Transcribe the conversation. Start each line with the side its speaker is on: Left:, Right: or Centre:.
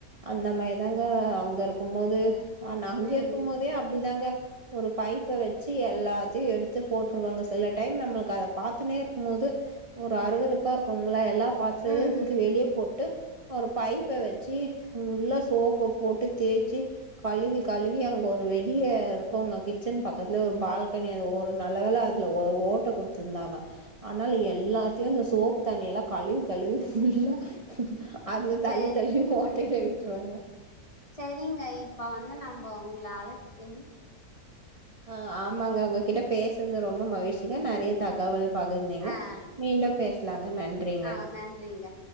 Right: அந்த மாயிதாங்க அங்க இருக்கும்மோது அ நா அங்கெருக்குமோதே
Left: ம்
Right: அப்டிதாங்க ஒரு பைப்ப வெச்சு எல்லாத்தியு எடுத்து போட்டுருவங்க சில டைம் நம்மளுக்க அதை பாத்துனேருக்கும்மோது ஒரு அறுவெறுப்பா இருக்குங்கள எல்லா பாத்துறத
Left: ம்
Right: தூக்கி
Left: ம்
Right: வெளியபோட்டு ஒரு பைப்ப வச்சு உள்ள சோப்பு போட்டு தேச்சு கழுவி கழுவி அங்க ஒரு வெளிய இருக் கொங்க கிச்சன் பக்கத்ல ஒரு பால்கனி அது ஒரு நல்லவேல அதுல ஒரு ஓட்ட குத்துர்ந்தாங்க ஆனால் எல்லாத்தியு இந்த சோப்பு தண்ணியெல்லா கழுவி கழுவி ஃபுல்லா அதுல
Left: சரி
Right: தள்ளி தள்ளி ஓட்டையில விட்ருவங்க
Left: செரிங்க இப்ப வந்து நம்ப உங்ள அழச்சிங்
Right: அ ஆம்மாங்க உங்ககிட்ட பேசன்து ரொம்ப மகிழ்ச்சிங்க நறைய தகவல் பகிர்ந்தீங்க
Left: ஆ
Right: மீண்டும் பேஸ்லாங்க நன்றிங்க
Left: ஆ நன்றிங்க